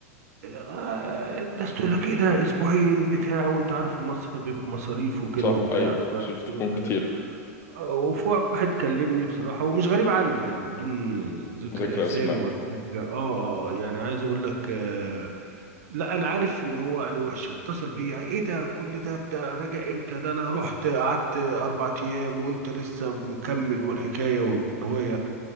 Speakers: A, on the right (about 75°); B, on the left (about 30°).
A: آه الناس تقول لك ايه ده اسبوعين بتاع وانت عارف المصيف بيبقى مصاريف وكده
B: صح
A: وبتاع
B: ايوه
A: وعايز
B: شفت تكون
A: أقول لك
B: كتير
A: حاجة، وفي واحد كلمني بصراحة ومش غريب عني يعني بدون ذكر
B: ذكر
A: أسامي
B: اسماء
A: ولا حاجة اه اه آه، يعني عايز أقول لك آه لا أنا عارف إن هو يعني وحش اتصل بيا إيه ده كل ده بتاع راجع إمتى ده أنا رحت قعدت أربع أيام وأنت لسه مكمل والحكاية والرواية